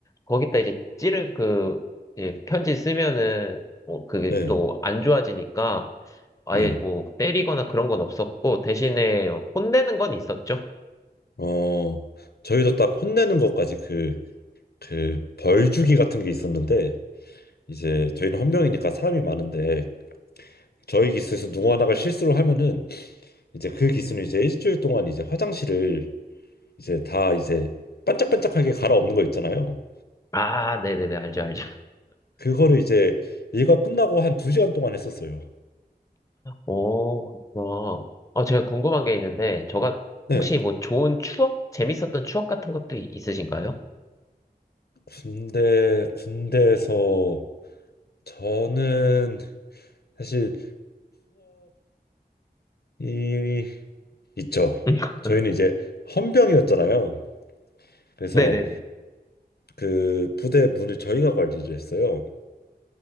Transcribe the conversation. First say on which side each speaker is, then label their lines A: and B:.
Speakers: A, on the left (about 20°); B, on the left (about 75°).
A: 거기다 이제 찌르, 그, 예, 편지 쓰면은, 뭐, 그게
B: 네.
A: 또 안 좋아지니까, 아예
B: 네.
A: 뭐, 때리거나 그런 건 없었고, 대신에 혼내는 건 있었죠?
B: 어, 저희도 딱 혼내는 것까지 그, 그 벌주기 같은 게 있었는데 이제 저희는 헌병이니까 사람이 많은데 저희 기수에서 누구 하나가 실수를 하면은 이제 그 기수는 이제 일주일 동안 이제 화장실을 이제 다 이제 반짝반짝하게 갈아엎는 거 있잖아요.
A: 아, 네네네, 알죠, 알죠.
B: 그거를 이제 일과 끝나고 한 두 시간 동안 했었어요.
A: 오, 그렇구나. 아, 제가 궁금한 게 있는데, 저가,
B: 네,
A: 혹시 뭐 좋은 추억? 재밌었던 추억 같은 것도 있으신가요?
B: 군대 군대에서 저는 사실 추억이 있죠.
A: <laughs>
B: 저희는 이제 헌병이었잖아요. 그래서
A: 네네네.
B: 그 부대 문을 저희가 관리를 했어요.